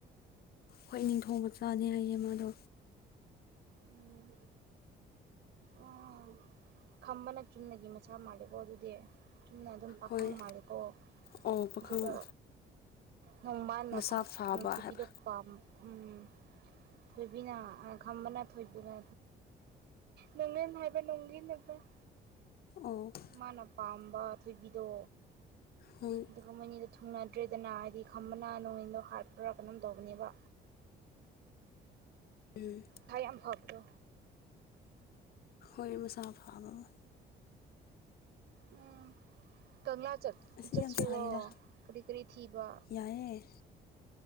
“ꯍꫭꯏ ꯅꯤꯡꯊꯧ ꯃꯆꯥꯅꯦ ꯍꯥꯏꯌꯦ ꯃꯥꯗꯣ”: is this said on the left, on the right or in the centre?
Left